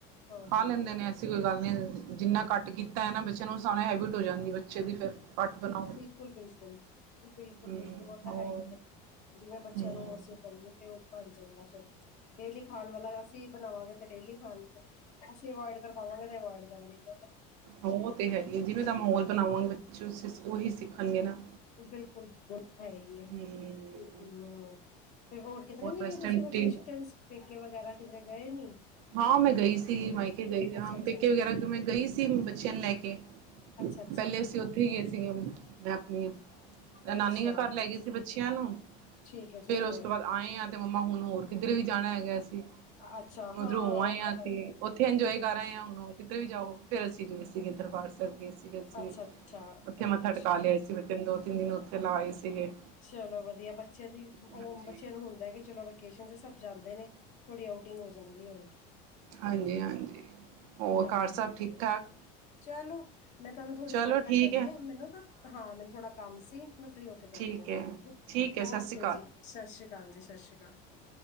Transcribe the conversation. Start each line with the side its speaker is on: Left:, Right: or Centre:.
Left: ਹਾਂ
Right: ਖਾ
Left: ਹਾਂ
Right: ਲੈਂਦੇ ਨੇ ਐਸੀ ਕੋਈ ਗੱਲ ਨਈ, ਜਿੰਨਾ ਘੱਟ ਕੀਤਾ ਹੈ ਨਾ ਬੱਚਿਆਂ ਨੂੰ ਊਸ ਹਿਸਾਬ ਨਾਲ ਹੈਬਿਟ ਹੋ ਜਾਂਦੀ। ਬੱਚੇ ਵੀ ਫਿਰ ਘੱਟ ਬਣਾ
Left: ਬਿਲਕੁਲ-ਬਿਲਕੁਲ, ਬਿਲਕੁਲ-ਬਿਲਕੁਲ,
Right: ਹੂੰ
Left: ਓਹ ਤਾਂ
Right: ਹੋਰ
Left: ਹੈ ਈ ਐ। ਜਿਵੇਂ ਬੱਚਿਆਂ
Right: ਹੂੰ।
Left: ਨੂੰ ਓਸ ਕਰੀਏ ਤੇ ਓਹ ਬਣ ਜਾਂਦਾ ਫੇਰ ਡੇਲੀ ਖਾਣ ਵਾਲਾ ਯਾ ਅਸੀਂ ਬਣਾਵਾਂਗੇ ਤੇ ਡੇਲੀ ਖਾਣਗੇ ਅਸੀਂ ਅਵਾਯਡ ਕਰਵਾਵਾਂਗੇ ਤੇ ਅਵਾਯਡ ਕਰਣਗੇ।
Right: ਹਾਂ ਉਹ ਤੇ ਹੈ ਈ ਏ, ਜਿਵੇਂ ਦਾ ਮਾਹੌਲ
Left: ਹੈ।
Right: ਬਣਾਵਾਂਗੇ ਬੱਚੇ ਉਸੀ ਸੀ ਓਹੀ ਸਿੱਖਣਗੇ ਨਾ
Left: ਬਿਲਕੁਲ ਬ ਹੈ ਹੀ ਹੈ ਹ
Right: ਹਮ
Left: ਮ ਫੇਰ ਹੋਰ ਕਿਧਰੇ ਨੀ
Right: ਵੈਸਟਰਨ
Left: ਗਏ ਤੁਸੀਂ
Right: ਰੂਟੀਨ
Left: ਵਕੇਸ਼ਨਸ ਪੇਕੇ ਵਗੈਰਾ ਕਿਧਰੇ ਗਏ ਨਈ?
Right: ਹਾਂ ਮੈਂ ਗਈ ਸੀ ਮਾਯਕੇ ਗਈ ਹਾਂ
Left: ਅੱਛਾ ਅੱਛਾ
Right: ਪੇਕੇ ਵਗੈਰਾ ਮੈਂ ਗਈ ਸੀ ਬੱਚਿਆਂ ਨ ਲੈ ਕੇ
Left: ਅੱਛਾ ਅੱਛਾ
Right: ਪੈਲੇ ਅਸੀਂ ਓਥੇ ਹੀ ਗਏ ਸੀਗੇ ਮੈਂ ਆਪਣੀ ਮੈਂ ਨਾਨੀ
Left: ਅੱਛਾ
Right: ਦੇ ਘਰ ਲੈ ਗਈ ਸੀ ਬੱਚਿਆਂ ਨੂੰ
Left: ਠੀਕ ਹੈ ਠੀਕ
Right: ਫੇਰ ਉਸ
Left: ਹੈ
Right: ਤੋਂ ਬਾਅਦ ਆਏ ਹਾਂ ਤੇ ਮੰਮਾ ਹੁਣ ਹੋਰ ਕਿੱਧਰੇ ਵੀ ਜਾਣਾ ਹੈਗੈ, ਅਸੀ।
Left: ਅੱਛਾ
Right: ਉਧਰੋਂ ਹੋ ਆਏ
Left: ਉਹ
Right: ਹਾਂ
Left: ਤਾਂ ਹੈ
Right: ਤੇ
Left: ਹੀ ਹੈ
Right: ਓਥੇ ਇੰਜੋਏ ਕਰ ਆਏ ਹਾਂ ਹੁਣ ਕਿਧਰ ਵੀ ਜਾਓ ਫੇਰ ਅਸੀਂ ਗਏ ਸੀਗੇ ਦਰਬਾਰ ਸੈਬ ਗਏ ਸੀਗੇ ਅਸੀਂ ਵੀ
Left: ਅੱਛਾ ਅੱਛਾ
Right: ਓਥੇ ਮੱਥਾ
Left: ਅੱਛਾ
Right: ਟਿਕਾ ਲਿਆਏ ਸੀ। ਤਿੰਨ ਦੋ ਤਿੰਨ ਦਿਨ ਓਥੇ ਲਾ ਆਏ ਸੀਗੇ
Left: ਚਲੋ ਵਦੀਆ ਬੱਚਿਆਂ ਦੀ
Right: ਹਾਂਜੀ
Left: ਓਹ ਬੱਚਿਆਂ ਨੂੰ ਹੁੰਦਾ ਕਿ ਚਲੋ ਵੈਕੇਸ਼ਨਸ ਚ ਸਭ ਜਾਂਦੇ ਨੇ। ਥੋੜੀ ਆਊਟਿੰਗ ਹੋ ਜਾਂਦੀ ਐ
Right: ਹਾਂਜੀ-ਹਾਂਜੀ, ਹੋਰ
Left: ਹਾਂਜੀ
Right: ਘਰ ਸਭ
Left: ਹਾਂਜੀ
Right: ਠੀਕ-ਠਾਕ?
Left: ਚਲੋ, ਮੈਂ ਤੁਹਾਨੂੰ ਥੋੜੀ
Right: ਚਲੋ
Left: ਦੇਰ ਤੱਕ
Right: ਠੀਕ
Left: ਕਰਦੀ
Right: ਐ,
Left: ਆਂ। ਮੈਨੂੰ ਤਾਂ ਹਾਂ ਮੈਨੂੰ ਥੋੜਾ ਕੰਮ ਸੀ ਮੈਂ ਫ੍ਰੀ ਹੋ ਕੇ ਕਰਦੀ
Right: ਠੀਕ
Left: ਹਾਂ। <unintelligible>
Right: ਐ, ਠੀਕ ਐ ਸਤਿ
Left: ਓਕੇ
Right: ਸ੍ਰੀ
Left: ਜੀ ਸ ਸ਼੍ਰੀ ਕਾਲ ਜੀ ਸ ਸ਼੍ਰੀ ਕਾਲ।